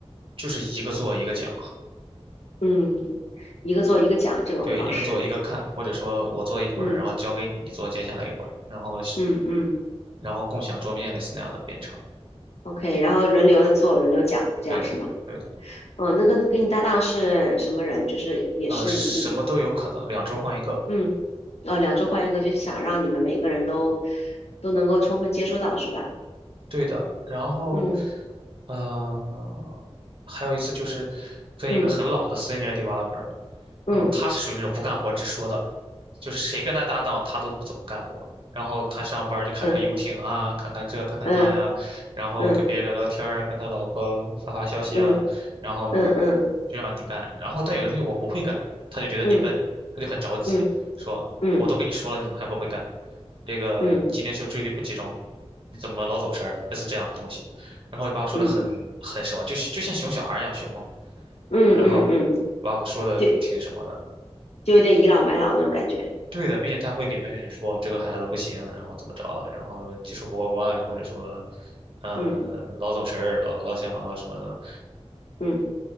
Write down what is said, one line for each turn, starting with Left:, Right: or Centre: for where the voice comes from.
Right: 就是一个做一个讲，
Left: 嗯，一个做一个讲这种方式。
Right: 对，一个做一个看，或者说我做一会儿，
Left: 嗯
Right: 然后交给你，你做接下来一会儿，然后是
Left: 嗯嗯
Right: 然后共享桌面类似那样的编程。
Left: ，OK，然后轮流的做，轮流讲，这样是吗？
Right: 对的，对的，
Left: 嗯，那跟跟你搭档是什么人？就是也是一
Right: 呃，什么都有可能，两周换一个。
Left: 嗯哦，两周换一个，就是想让你们每个人都都能够充分接触到，是吧？
Right: 对的，然后，
Left: 嗯
Right: 呃，还有一次就是跟一个很老的
Left: 嗯
Right: senior developer，
Left: 嗯
Right: 然后他是属于那种不干活只说的，就是谁跟他搭档，他都不怎么干活。然后他上班儿就看看游艇啊，
Left: 嗯
Right: 看看这，看看那呀，
Left: 嗯
Right: 然后跟别人聊聊天儿啊，
Left: 嗯嗯
Right: 跟他老婆发发消息啊，
Left: 嗯
Right: 然后呢，
Left: 嗯。嗯
Right: 就让你干。然后但有的东西我不会干，他就觉得你笨，
Left: 嗯
Right: 他就很着急，
Left: 嗯
Right: 说我都跟你说了，
Left: 嗯
Right: 你怎么还不会干？这个你今天是不是注意力不集中？
Left: 嗯
Right: 你怎么老走神儿？类似这样的东西，然后把我说的很很什么，
Left: 嗯
Right: 就是就像熊小孩儿一样熊嘛，
Left: 嗯嗯嗯，
Right: 然后
Left: 嗯
Right: 把我说的挺什么的。
Left: 就就有点倚老卖老那种感觉。
Right: 对的，并且他会给 manager 说这个孩子不行，然后怎么着，然后技术不过关，或者说，嗯，
Left: 嗯
Right: 老走神儿，老老想老什么的。
Left: 嗯